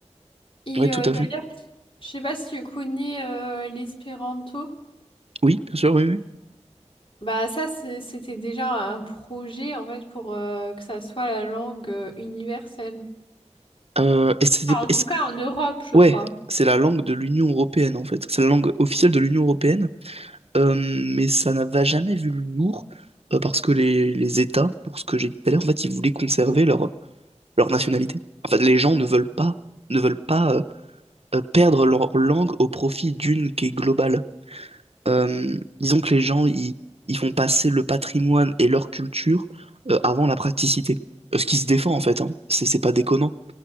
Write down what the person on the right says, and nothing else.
ouais, tout
à
fait.
Oui, bien sûr, oui, oui.
Euh, et c'était,
est-ce-
ouais,
c'est la langue de l'Union européenne en fait. C'est la langue officielle de l'Union européenne, Euh, mais ça n'a jamais vu le jour euh, parce que les, les États, pour ce que j'ai dit tout à l'heure, en fait, ils voulaient conserver leur leur nationalité. Enfin, les gens ne veulent pas, ne veulent pas euh, euh, perdre leur langue au profit d'une qui est globale. Euh, disons que les gens, ils, ils font passer le patrimoine et leur culture euh, avant la praticité. Euh, Ce qui se défend en fait, hein. C'est c'est pas déconnant.